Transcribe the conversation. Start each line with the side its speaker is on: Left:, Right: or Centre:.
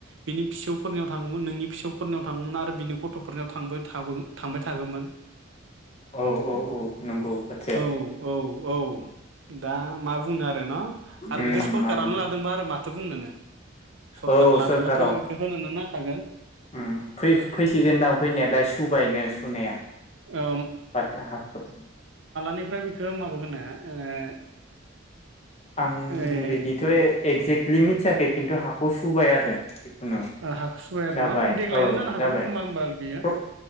Right: बिनि फिसौ फोरनियाव थांगौमोन नोंनि फिसौफोरनियाव थांगौमोन आरो बिनि गथ'फोरनियाव थांबाय थाबो थांबाय थागौमोन।
Left: औ औ औ नंगौ बाथ्राया
Right: औ औ औ उम दा मा बुंनो आरो न' आरो
Left: उम
Right: बेखौ सरखारानो
Left: माबानो
Right: लादोंबा आरो माथो बुंनोनो सरखार
Left: औ
Right: लादोंबाथ'
Left: सरखाराव
Right: इखौ होनोनो नां थागोन।
Left: उम फै-फैसिगोनदां फैनायालाय सुबायनो सुनाया
Right: औ
Left: बाथ हाखौ
Right: निफ्राय बिखौ माव <unintelligible> ओ
Left: आं
Right: ओइ
Left: बिदिथ' ए एक्जेकलि मिथियाखै खिन्थु हाखौ सुबाय आरो। ओङो
Right: हाखु सुबाय आरो
Left: जाबाय
Right: न देग्लायनो
Left: औ
Right: जानो हागौ
Left: जाबाय
Right: खोमा होमबा बियो
Left: फ्र